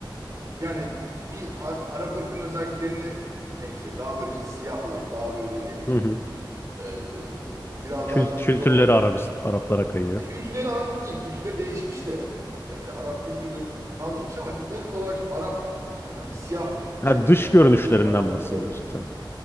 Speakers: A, on the right (about 40°); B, on the left (about 30°).
A: yani bir A- Arap ırkının özelliklerini temsil ediyor. Daha böyle işte siyahlar, daha böyle ne bileyim
B: Hı hı.
A: e, biraz daha
B: Kült
A: böyle
B: kültürleri
A: kilolular.
B: Arabist, Araplara kayıyor.
A: E, Kültürleri Arap değil. Kültürleri değişmiş de e, Arap kültürü kalmamış ama işte ırk olarak şimdi Arap gibi hani siyah
B: Ha,
A: ve
B: dış görünüşlerinden
A: kilolular.
B: bahsediyorsun
A: Tabii tabii.
B: sen.